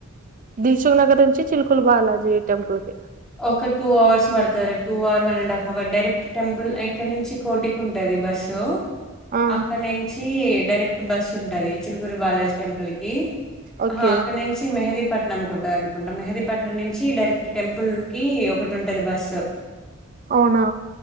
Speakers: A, on the right (about 40°); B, in the centre.
A: దిల్సుగ్ నగర్ నుంచి చిల్కుల్ బాలాజీ టెంపల్ కి
B: ఒక టూ అవర్స్ పడుతది రా. Two hour one and half hour direct temple ఇక్కడ నుంచి కోటికి ఉంటుంది బస్సు.
A: ఆ!
B: అక్కడ నుంచి డైరెక్ట్ బస్సు ఉంటది. చిలుకూరి బాలాజ్ టెంపుల్ కి,
A: ఓకే.
B: ఆహ అక్కడి నుంచి మెహది పట్నంకుంటదనుకుంటా, మెహదీ పట్నం నుంచి డైరెక్ట్ టెంపుల్ కి ఒకటి ఉంటది బస్సు.
A: అవునా.